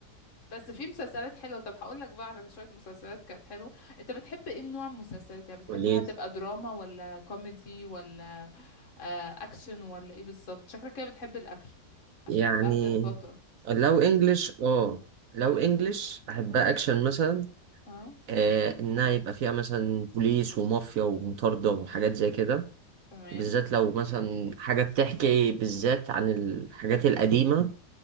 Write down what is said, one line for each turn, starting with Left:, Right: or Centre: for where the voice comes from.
Left: بس في مسلسلات حلوة طب هقول لك بقى على شوية مسلسلات كانت حلوة انت بتحب ايه نوع مسلسلات
Right: <laughs>
Left: يعني بتحبها
Right: وليه
Left: تبقى دراما ولا كوميدي ولا آه اكشن ولا ايه بالظبط شكلك كده بتحب الاكشن عشان
Right: يعني
Left: فهد البطل
Right: لو انجلش اه لو
Left: لو إن-
Right: انجلش احبها
Left: اه
Right: اكشن مثلا
Left: اه
Right: آه، انها يبقى فيها مثلا بوليس ومافيا ومطاردة وحاجات زي كده
Left: تمام
Right: بالذات لو مثلا حاجة بتحكي بالذات عن الحاجات القديمة